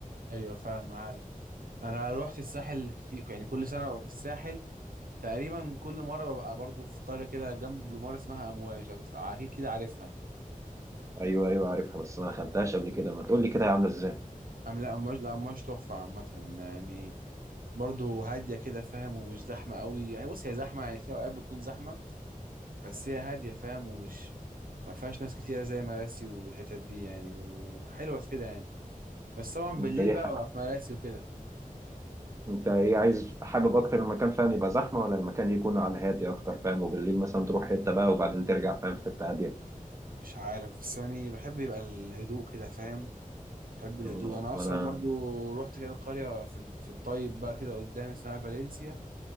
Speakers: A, on the right; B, on the right.
A: ايوه فعلا عارف انا روحت الساحل كتير يعني كل سنه ببقى في الساحل تقريبا كل مره ببقى برضو في قريه كده جنب بلومار اسمها امواج لو تسمع- اكيد كده عارفها
B: ايوه ايوه عارفها بس انا ما دخلتهاش قبل كده ما تقول لي كده هي عامله ازاي
A: أم لا امواج لا امواج تحفه عامه يعني برضه هاديه كده فاهم ومش زحمه قوي يعني بص هي زحمه يعني في اوقات بتكون زحمه بس هي هاديه فاهم ومش ما فيهاش ناس كتيره زي مراسي والحتت دي يعني وحلوه في كده يعني بس طبعا
B: انت
A: بالليل
B: ايه
A: بقى
B: ح-
A: ببقى في مراسي وكده
B: انت ايه عايز حابب اكتر المكان فاهم يبقى زحمه ولا المكان يكون على هادي اكتر فاهم وبالليل مثلا تروح حته بقى وبعدين ترجع فاهم في حته هاديه
A: مش عارف بس يعني بحب يبقى الهدوء كده فاهم بحب الهدوء
B: آه،
A: انا اصلا
B: وانا
A: برضو رحت كده قريه في ال- في الطيب بقى كده قدامي اسمها فالنسيا